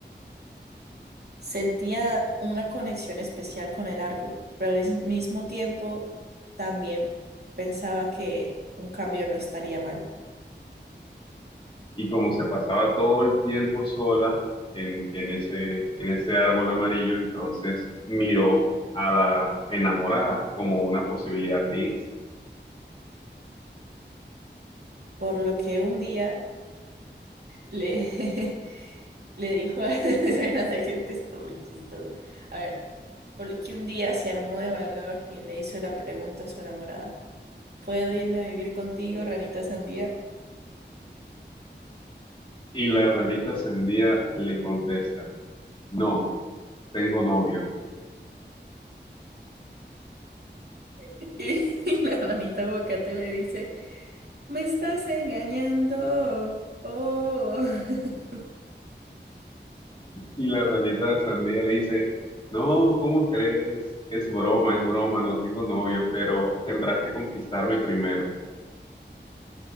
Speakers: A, on the right; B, on the left.
A: Sentía una conexión especial con el árbol, pero al mismo tiempo también pensaba que un cambio no estaría mal.
B: Y como se pasaba todo el tiempo sola en, en ese, en ese árbol amarillo, entonces miró a la enamorada como una posibilidad de irse.
A: Por lo que un día le, <laughs> le dijo, <laughs> espérate que, que esto muy chistoso. A ver, por lo que un día se armó de valor y le hizo la pregunta a su enamorada. ¿Puedo irme a vivir contigo, ranita sandía?
B: Y la ranita sandía le contesta, no, tengo novio.
A: <laughs> Y la ranita aguacate le dice, Me estás engañando. Oh. <laughs>
B: Y la ranita sandía le dice, no, ¿cómo crees? Es broma, es broma, no tengo novio, pero tendrás que conquistarme primero.